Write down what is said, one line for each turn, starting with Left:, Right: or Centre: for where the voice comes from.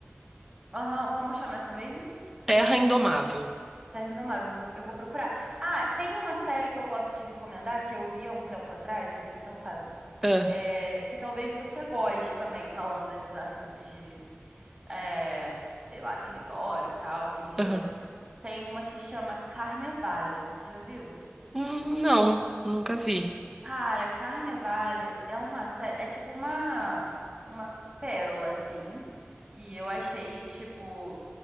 Right: Aham. Como chama essa mesmo?
Centre: Terra Indomável.
Right: Terra Indomável. Eu vou eu vou procurar. Ah, tem uma série que eu posso te recomendar que eu vi há um tempo atrás, eu vi no passado.
Centre: Ah,
Right: é, que talvez você goste também, falando desses assuntos de, é, sei lá, território e tal, religiões.
Centre: aham.
Right: Tem uma que chama Carnevale. Você já viu?
Centre: Hum, não, nunca vi.
Right: Cara, Carnevale é uma série, é tipo uma uma pérola assim, que eu achei tipo